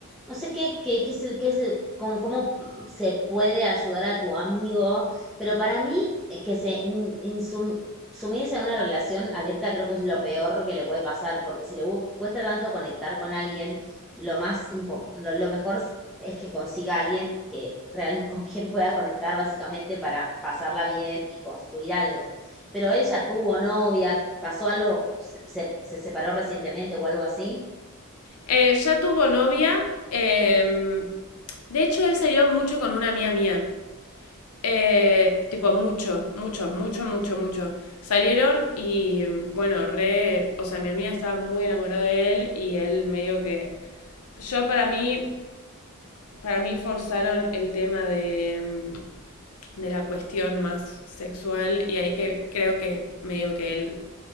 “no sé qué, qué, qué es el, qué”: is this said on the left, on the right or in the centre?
Centre